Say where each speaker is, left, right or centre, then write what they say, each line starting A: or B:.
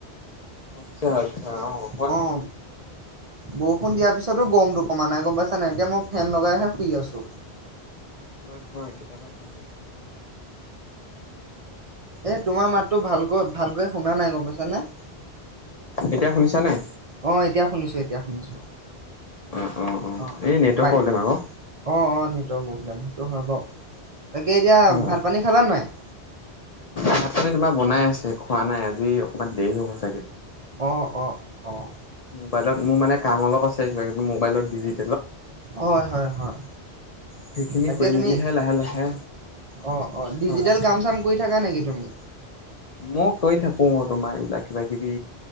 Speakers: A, on the left; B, on the right.
A: আচ্ছা আচ্ছা হয়
B: অহ বৰষুণ দিয়াৰ পিছতো গমটো কমা নাই গম পাইছা নাই, এতিয়া মই ফেন লগাইহে শুই আছোঁ
A: হয় হয় কেতিয়াবা হয় তেনেকুৱা
B: এহ তোমাৰ মাতটো ভালকৈ ভালকৈ শুনা নাই গম পাইছানে?
A: এতিয়া শুনিছা নাই?
B: অ', এতিয়া শুনিছোঁ এতিয়া শুনিছো
A: অ অ অ
B: অহ,
A: এই নেটৱৰ্ক
B: বাই
A: প্ৰব্লেম আকৌ
B: অহ অহ নি নেটৱৰ্ক প্ৰব্লেম সেইটো হয় বাৰু তাকে এতিয়া
A: হয়
B: ভাত পানী খালা নাই?
A: ভাত পানী তোমাৰ বনাই আছে খোৱা নাই আজি অকণমান দেৰি হ'ব চাগে
B: অহ অহ অহ
A: মোবাইলত মোৰ মানে কাম অলপ আছে কিবা কিবি মোবাইলত ডিজি
B: হয় হয় হয়
A: সেইখিনি
B: তাকে
A: কৰি
B: তুমি
A: মেলিহে লাহে লাহে
B: অহ অহ ডিজিটেল
A: হয়
B: কাম চাম কৰি থাকা নেকি? তুমি
A: মই কৈ থাকো তোমাৰ এইবিলাক কিবা কিবি